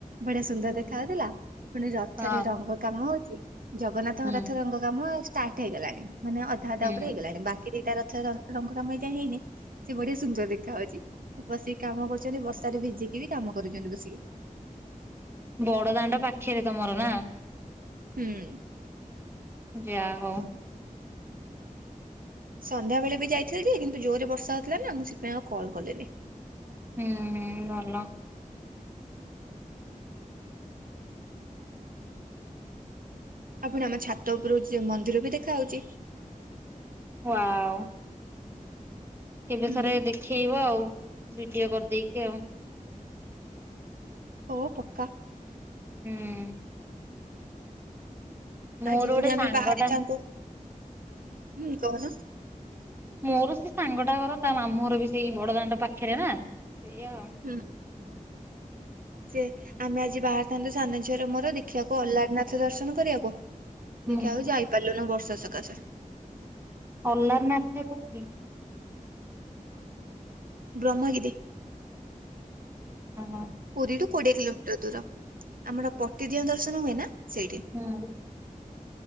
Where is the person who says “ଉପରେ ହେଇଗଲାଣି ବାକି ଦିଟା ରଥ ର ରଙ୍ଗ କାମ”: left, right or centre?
Right